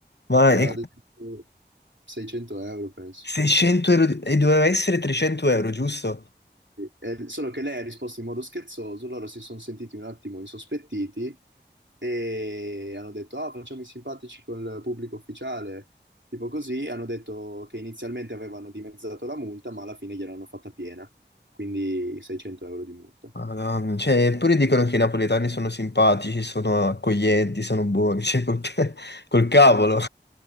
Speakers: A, on the left (about 65°); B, on the right (about 80°).
A: Ma
B: ma
A: è
B: ad esempio 600 euro penso.
A: 600 euro di- e doveva essere 300 euro, giusto?
B: Eh, solo che lei ha risposto in modo scherzoso, loro si sono sentiti un attimo insospettiti e hanno detto: Ah, facciamo i simpatici col pubblico ufficiale. Tipo così, hanno detto che inizialmente avevano dimezzato la multa, ma alla fine gliel'hanno fatta piena, quindi 600 euro di multa.
A: Madonna, cioè, eppure dicono che i napoletani sono simpatici, sono accoglienti, sono buoni, cioè, col, <laughs> ca- col cavolo.